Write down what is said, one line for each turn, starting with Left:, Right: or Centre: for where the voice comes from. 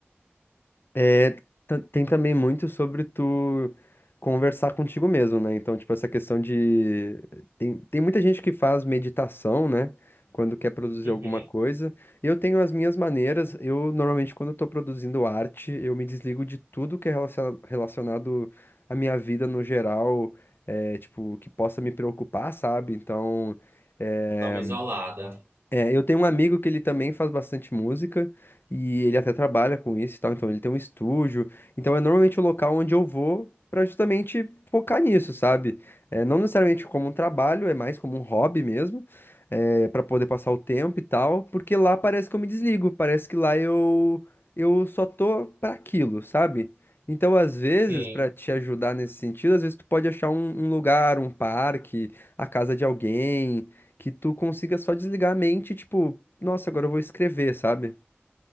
Left: É, ta- tem também muito sobre tu conversar contigo mesmo, né? Então, tipo, essa questão de. Tem, tem muita gente que faz meditação, né? Quando quer produzir
Right: Uhum.
Left: alguma coisa. Eu tenho as minhas maneiras. Eu, normalmente, quando eu tô produzindo arte, eu me desligo de tudo que é relaciona- relacionado à minha vida no geral, é, tipo, que possa me preocupar, sabe? Então. é,
Right: Dá uma isolada.
Left: é, eu tenho um amigo que ele também faz bastante música e ele até trabalha com isso e tal, então ele tem um estúdio. Então é normalmente o local onde eu vou pra justamente focar nisso, sabe? É, não necessariamente como um trabalho, é mais como um hobby mesmo, é, para poder passar o tempo e tal, porque lá parece que eu me desligo, parece que lá eu eu só tô pra aquilo, sabe? Então, às vezes,
Right: Sim.
Left: pra te ajudar nesse sentido, às vezes tu pode achar um um lugar, um parque, a casa de alguém que tu consiga só desligar a mente, e, tipo, nossa, agora eu vou escrever, sabe?